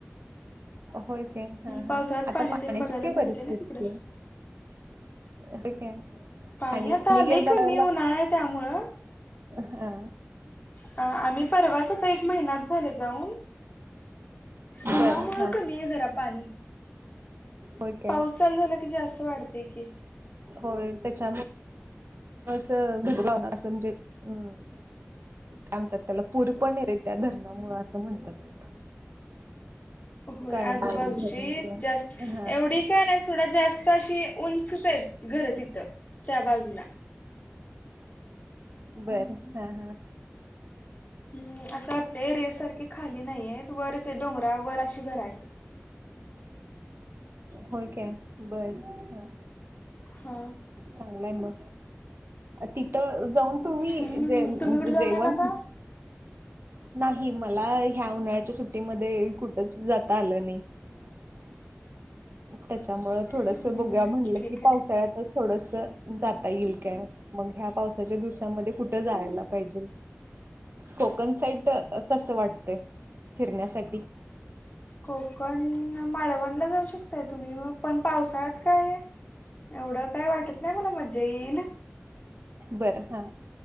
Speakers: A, on the right; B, on the left.
A: होय काय, हा हा
B: पावसाळ्यात
A: आता
B: पाणी
A: पाण्याची
B: तेन बघायला
A: काय
B: मिळते
A: परिस्थिती
B: ना तिकडं
A: आहे? ती काय
B: पाणी
A: आणि
B: आता
A: तुम्ही
B: आलयं,
A: गेलता
B: कमी
A: त्यावेळेला
B: उन्हाळा आहे त्यामुळं
A: हा.
B: अ आम्ही परवाच आता एक महिनाच झालं जाऊन
A: बर
B: उन्हामुळं
A: हा
B: कमी आहे जरा पाणी.
A: होय काय
B: पाऊस चालू झाला की, जास्त वाढतेय कि.
A: होय, त्याच्यामुळे चं <unintelligible> लावणार असं म्हणजे काय म्हणतात त्याला पूर पण येतात, त्या धरणामुळं असं म्हणतात.
B: होय,
A: कळमवाडी
B: आजूबाजूची
A: धरणच
B: जास्त
A: हा
B: एवढी काय नाही, सोडा जास्त तशी उंचच आहेत घरं तिथं त्या बाजूला.
A: बरं हा हा.
B: हम्म असं आपल्या एरिया सारखी खाली नाही आहेत, वरच डोंगरा वर अशी घर आहेत.
A: होय काय? बरं ह.
B: हा.
A: चांगलंय मग. तिथं जाऊन तुम्ही
B: हम्म
A: जे म्हणजे
B: तुम्ही कुठे जाऊन
A: जेवण
B: आला का
A: नाही मला ह्या उन्हाळ्याच्या सुट्टीमध्ये कुठच जाता आलं नाही. <inaudible> त्याच्यामुळ थोडस
B: हम्म
A: बघूया म्हटलं
B: ठीक
A: की पावसाळ्यातच थोडस जाता येईल काय मग ह्या पावसाच्या दु मध्ये कुठ जायला
B: आहे
A: पाहिजे. कोकण साईट कस वाटते फिरण्यासाठी.
B: कोकण मालवणला जाऊ शकताय तुम्ही मग पण पावसाळ्यात काय एवढं काय वाटत नाही मला मज्जा येईल.
A: बरं हा.